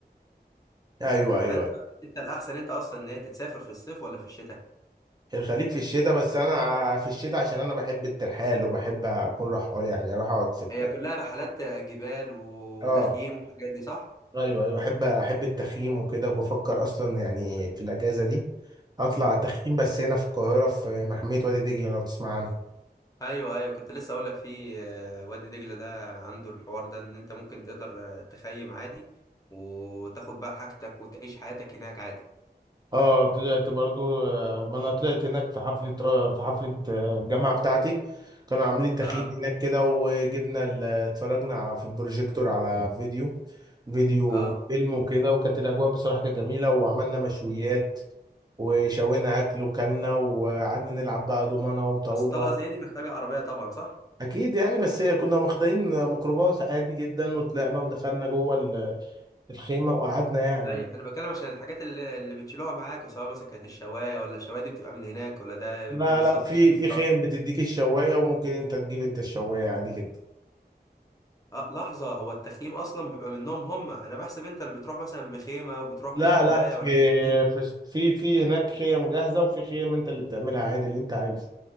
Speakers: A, on the right; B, on the left.
A: ايوه ايوه
B: فانت
A: أيوة.
B: انت الاحسن انت اصلا ان هي تتسافر في الصيف ولا في الشتاء
A: الخليج في الشتاء بس انا ع- في الشتاء عشان انا بحب الترحال وبحب اكون رحال يعني اروح اقعد في ال...
B: هي كلها رحلات جبال وتخييم
A: اه
B: والحاجات دي صح
A: ايوه ايوه احب احب التخييم وكده وبفكر اصلا يعني في الاجازه دي اطلع تخييم بس هنا في القاهره في محميه وادي دجله لو تسمع عنها
B: ايوه ايوه كنت لسه اقول لك في آه، وادي دجله ده عنده الحوار ده ان انت ممكن تقدر آه، تخيم عادي وتاخد بقى حاجتك وتعيش حياتك هناك عادي
A: اه طلعت برضو آه، ما انا طلعت هناك في حفلة را- في حفلة آه، الجامعة بتاعتي كانوا عاملين تخييم
B: اه
A: هناك كده وجبنا ال- اتفرجنا ع- في البروجيكتور على فيديو فيديو
B: اه
A: فيلم وكده وكانت الأجواء بصراحة كانت جميلة وعملنا مشويات وشوينا أكل وكلنا وقعدنا نلعب بقى دومنة وطاولة
B: بس طلعه زي دي محتاجه عربيه طبعا صح
A: أكيد يعني بس كنا واخدين ميكروباص عادي جدا وطلعنا ودخلنا جوه ال- الخيمة وقعدنا يعني
B: ايوه انا بتكلم عشان الحاجات اللي, اللي بتشيلوها معاك وسواء مثلا كانت الشوايه ولا الشوايه دي بتبقى من هناك ولا ده بيبقى
A: لا
B: ايه بالظبط
A: لا في
B: عشان ما
A: في خيم
B: اعرفش
A: بتديك الشوايه وممكن انت تجيب انت الشوايه عادي جدا
B: اه لحظه هو التخييم اصلا بيبقى منهم هم انا بحسب انت اللي بتروح مثلا بخيمه وبتروح
A: لا
B: بالشوايه
A: لا في
B: والحاجات دي
A: في في في هناك خيم جاهزه وفي خيم انت اللي بتعملها عادي اللي انت عايزه